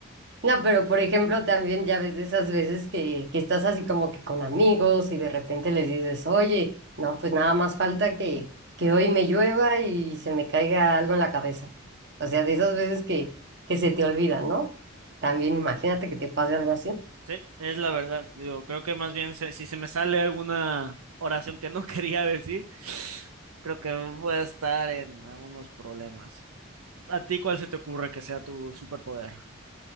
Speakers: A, on the right (about 55°); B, on the right (about 85°).
A: No, pero por ejemplo, también ya ves de esas veces que, que estás así como que con amigos y de repente les dices, oye, no, pues nada más falta que, que hoy me llueva y se me caiga algo en la cabeza. O sea, de esas veces que, que se te olvida, ¿no? También imagínate que te pase algo así.
B: Sí, es la verdad. Digo, creo que más bien se- si se me sale alguna oración que no <laughs> quería decir, creo que voy a estar en algunos problemas. ¿A ti cuál se te ocurre que sea tu superpoder?